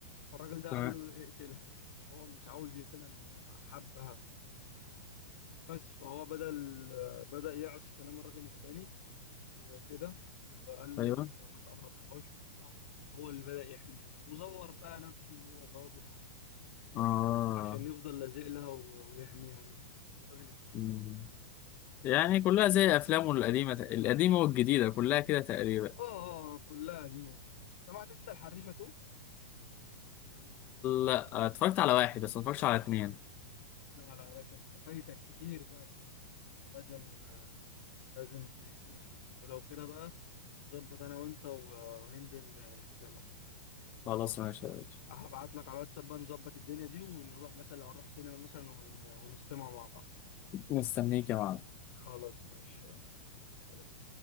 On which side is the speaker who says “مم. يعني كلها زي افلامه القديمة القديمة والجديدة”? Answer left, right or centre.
Left